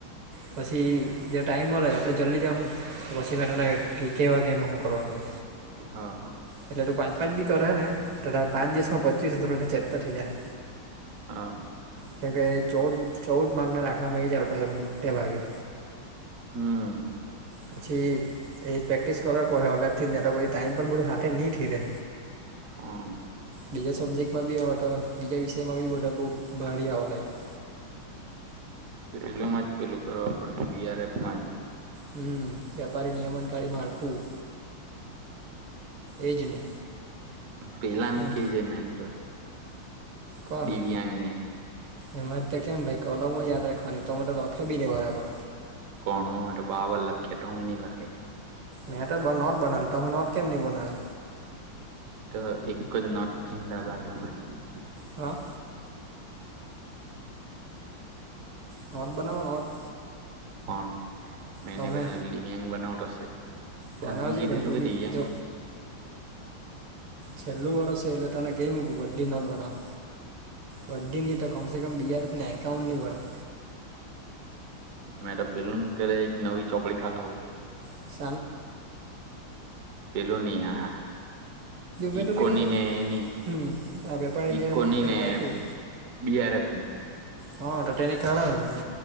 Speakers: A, on the right; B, on the right.
A: પછી જે ટાઈમ મલહે આપણે જલ્દી જાહુ તો પછી મે તને કેવા કે એમાં હું કરવાનુ તે
B: હા હ
A: એટલે તું પાંચ પાંચ બી કરે ને તારે પાંચ દિવસમાં પચીસ તો ચેપ્ટર થઈ જાય.
B: હા
A: કેમ કે ચૌદ ચૌદ માર્કના દાખલામાં એ જ આવતા મોટે ભાગે
B: હમ
A: પછી એ પ્રેક્ટિસ કરવા પડહે અગાડથી જ ને તો ટાઈમ પર બધું હાથે નીં થેઈ રહે.
B: હા
A: બીજા સબ્જેક્ટમાં બી હવે તો બીજા વિષયમાં બી બધા બવ ભારી આવવા લાગ્યા.
B: પેલ માં જ પેલું કરવા પડે બીઆરએફમાં જ.
A: હમ વેપારી નિયમન કાળી માળખું એ જ ને
B: પેલા ને
A: એમ
B: કે જે મેન તો
A: કોને?
B: દિવ્યાંગને
A: એમાંતે કેમ ભાઈ કલમો યાદ રાખવાની તો મ તો લખે બી નહી બરાબર
B: કોણ અમે તો બરાબર લખી તો તમે ની લખે
A: મેં તો નોટ બનાવીલી તમે નોટ કેમ ની બનાવે?
B: તો એક જ નોટ જિંદાબાદ અમારી
A: હા નોટ બનાઉ નોટ
B: કોણ મેની
A: તમે
B: બનાવેલી દીવયાંગ બનાવતો શે
A: બનાવજે
B: તન ની કિધેલુ
A: ભાઈ તું
B: કે
A: બી
B: દીવયાંગ
A: જો છેલ્લું વર્ષ છે એટલે તને કઈ મૂકું બધી નોટ બનાવ બધી ની તો કમસે કમ બીઆરએફ ને એકાઉન્ટ ની બનાવ
B: મેં પેલું કે એક નવી ચોપડી કાડાવુ
A: <inaudible>
B: પેલું ની આ
A: મેટોને
B: ઈકોની
A: કેમને
B: ને એની
A: હમ આ વેપારી નિયમનકારી
B: ઈકોની ને
A: માળખું
B: બીઆરએફ ની
A: હા ટટે નીકાળા એમ કે